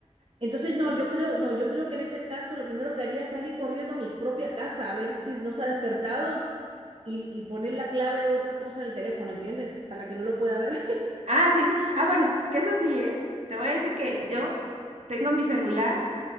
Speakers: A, on the right (about 50°); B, on the right (about 70°).
A: Entonces, no, yo creo, no, yo creo que en ese caso lo primero que haría es salir corriendo a mi propia casa a ver si no se ha despertado y, y poner la clave de otra cosa del teléfono, ¿entiendes? Para que no lo pueda ver.
B: Ah, sí, sí. Ah, bueno, que eso sí, ¿eh? Te voy a decir que yo tengo mi celular,